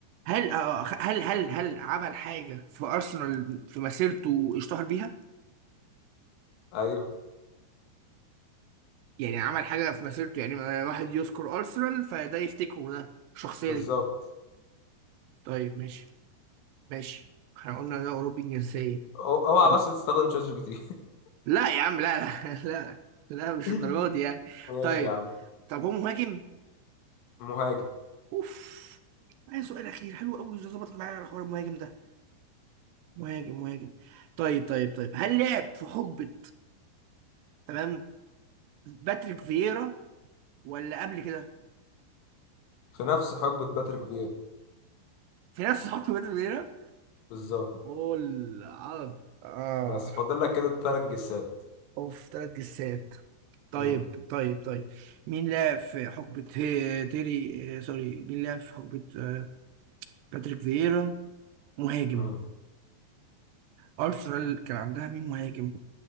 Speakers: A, on the right; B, on the left.
A: هل آه، هل هل هل عمل حاجة في أرسنال في مسيرته اشتهر بيها؟
B: ايوه
A: يعني عمل حاجة في مسيرته يعني آه، واحد يذكر أرسنال فده يفتكره ده الشخصية
B: بالظبط
A: دي طيب ماشي ماشي احنا قلنا ده أوروبي الجنسية
B: أو- اوعى
A: طب
B: بس تستخدم شات جي بي تي
A: لا يا عم لا لا <laughs> لا لا مش
B: <laughs>
A: الدرجة دي يعني
B: ماشي
A: طيب
B: يا عم
A: طب هو مهاجم؟
B: مهاجم
A: أوف معايا سؤال أخير حلو أوي ظبطت معايا على حوار المهاجم ده مهاجم مهاجم طيب طيب طيب هل لعب في حقبة تمام باتريك فييرا ولا قبل كده
B: في نفس حقبة باتريك فيرا
A: في نفس <laughs> حقبة باتريك فييرا
B: بالظبط
A: قول عرض اه
B: بس فاضل لك كده تلات جسات
A: اوف ثلاث جسات طيب
B: مم.
A: طيب طيب مين لعب في حقبة هي- تيري آه، سوري مين لعب في حقبة آه، باتريك فييرا مهاجم
B: مم.
A: أرسنال كان عندها مين مهاجم